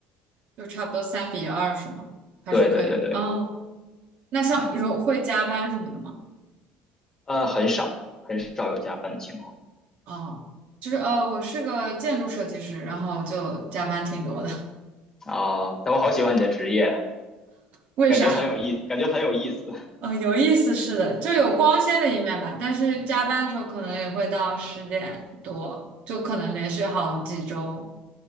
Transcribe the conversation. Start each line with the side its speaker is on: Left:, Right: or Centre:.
Right: 就差不多三比二是吗？还是可以？
Left: 对对对对。
Right: 哦，那像如会加班什么的吗？
Left: 嗯。呃，很少很少有加班的情况
Right: 哦，就是呃，我是个建筑设计师，然后就加班挺多的。
Left: 啊，但我好喜欢你的职业，
Right: <laughs> 为啥？
Left: 感觉很有意，感觉很有意思
Right: 嗯，有意思是的，就有光鲜的一面吧，但是加班的时候可能也会到十点多，就可能连续好几周，